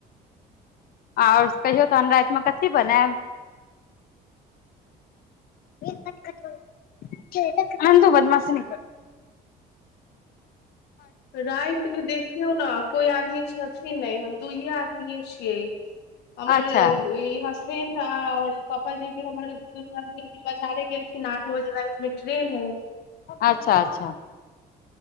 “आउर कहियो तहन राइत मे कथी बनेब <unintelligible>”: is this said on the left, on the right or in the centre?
Left